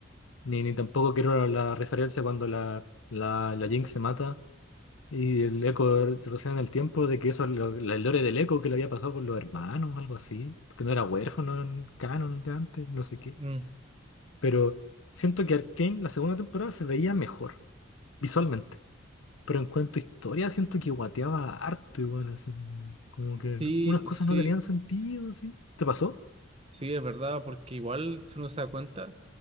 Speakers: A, on the left; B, on the right.
A: Ni, ni tampoco quiero la referencia cuando la, la, la Jinx se mata y el eco retrocede en el tiempo de que eso, es lo- la- el lore del eco que le había pasado con los hermanos, algo así. Porque no era huérfano en canon de antes, no sé qué.
B: Mm,
A: Pero siento que Arcane, la segunda temporada, se veía mejor visualmente. Pero en cuanto a historia, siento que guateaba harto igual, así. Como que
B: Sí,
A: unas cosas
B: sí,
A: no tenían sentido, así. ¿Te pasó?
B: sí, es verdad, porque igual, si uno se da cuenta,